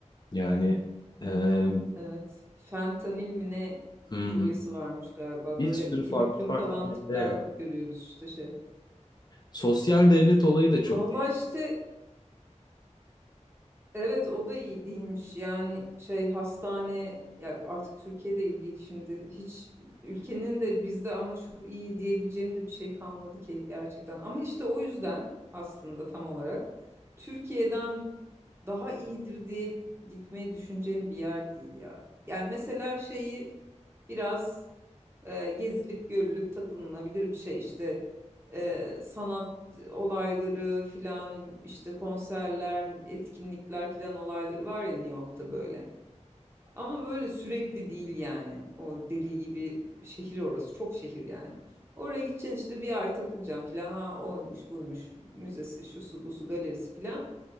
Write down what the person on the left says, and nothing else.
Yani eee,
hmm,
bir
sürü
farklı
farklı
madde
ya.
Sosyal devlet olayı da çok